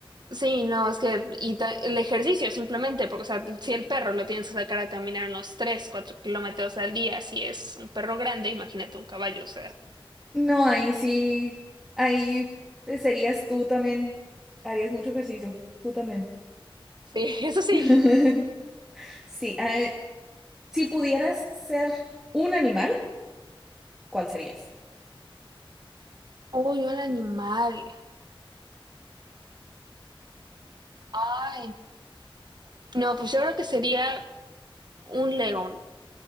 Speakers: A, on the right; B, in the centre.
A: Sí, no, es que y ta- el ejercicio simplemente, porque o sea, si el perro lo tienes que sacar a caminar unos 3, 4 kilómetros al día, si es un perro grande, imagínate un caballo, o sea,
B: No, ahí sí, ahí serías tú también, harías mucho ejercicio, tú también.
A: sí, <laughs> eso sí.
B: <laughs> Sí, eh, si pudieras ser un animal, ¿cuál serías?
A: Uy, un animal. Ay, no, pues yo creo que sería un león,